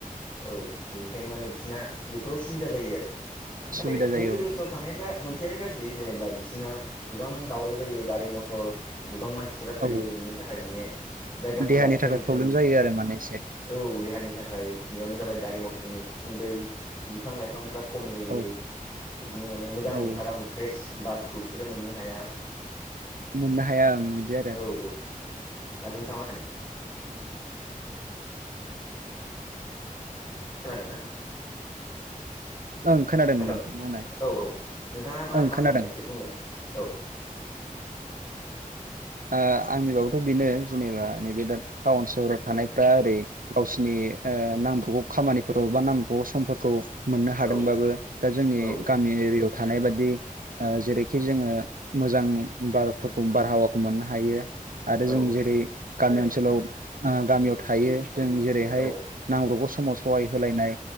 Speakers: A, on the left; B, on the right.
A: औ बेनिखायनो माने बिसिना बेफोराव सुबिदा जायो आरो नाथाय
B: सुबिदा जायो
A: नोगोर ओनसोलाव थानायफ्रा मोनसेयानो गाज्रि जेनेबा बिसोरना गोबां दावराव जायो गारि मथर गोबां मानसि फोरा थायो
B: औ
A: बिनि थाखाय माने जायगाफोरा
B: देहानि
A: थोन
B: थाखाय
A: थोन
B: प्रब्लेम जायो आरो माने एसे
A: औ देहानि थाखाय बेयावनो जाबाय गारि मथरनि उखुन्दै बिफां लाइफांफ्रा खम जायो
B: औ
A: बिदिनो माने मोजां
B: औ
A: आराम फ्रेश बारफोरखौ बिसोरो मोननो हाया।
B: मोननो हाया ओं बिदि आरो
A: औ औ आरो नोंथा मा सानो? खोनादों ना?
B: ओं खोनादों
A: हेल'
B: नोंथां
A: औ
B: बुंनाय
A: औ नोंथाङा मा
B: ओं
A: मा
B: खोनादों
A: सानो एसे बुंलाय औ
B: ओ आंनि बाबोथ' बेनो जेनेबा नैबे दा टाउन सोहराव थानायफ्रा ओरै गावसिनि ओ नांबगौ खामानिफोरखौ बा नांबगौ समफोरखौ मोननो हादोंबाबो
A: औ
B: दा जोंनि
A: औ
B: गामि एरियायाव थानाय बाददि ओ जेरैखि जोङो मोजां बारफोरखौ बारहावा खौ मोननो हायो आरो
A: औ
B: जों जेरै गामि ओनसोलाव आ गामियाव थायो। जों जेरैहाय
A: औ
B: नांगब्रबगौ समाव सहाय होलायनाय